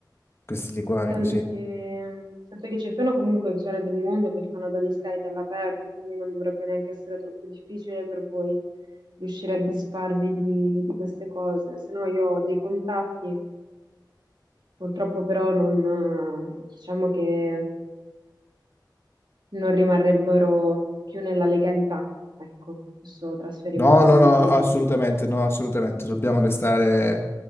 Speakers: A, on the left; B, on the right.
A: questi liquami
B: sento
A: così.
B: che, mm, sento che ci sono comunque zone del mondo che fanno da discariche all'aperto, quindi non dovrebbe neanche essere troppo difficile per voi riuscire a disfarvi di, di queste cose. Se no io ho dei contatti, purtroppo però non, eh, diciamo che non rimarrebbero più nella legalità, ecco, questo trasferimento
A: No, no,
B: di,
A: no,
B: di
A: assolutamente,
B: rifiuti.
A: no, assolutamente. Dobbiamo restare
B: Mm.